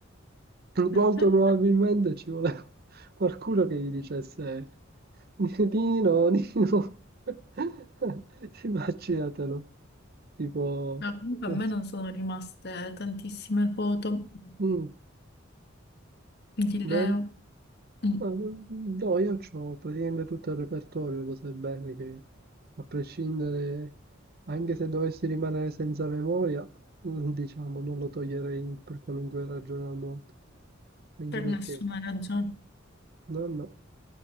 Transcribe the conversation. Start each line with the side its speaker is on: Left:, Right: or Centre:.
Left: <laughs>
Right: Molto probabilmente ci voleva qualcuno che gli dicesse: Nino, Nino, <laughs> immaginatelo, tipo,
Left: No, comunque
Right: non
Left: a me
Right: so,
Left: non sono rimaste tantissime foto
Right: mm,
Left: di
Right: vero?
Left: Leo, Mm,
Right: Ma, mm, No, io ho praticamente tutto il repertorio, lo sai bene che a prescindere, anche se dovessi rimanere senza memoria, mm, diciamo, non lo toglierei per qualunque ragione al mondo, anche
Left: per
Right: perché,
Left: nessuna ragione.
Right: no, no.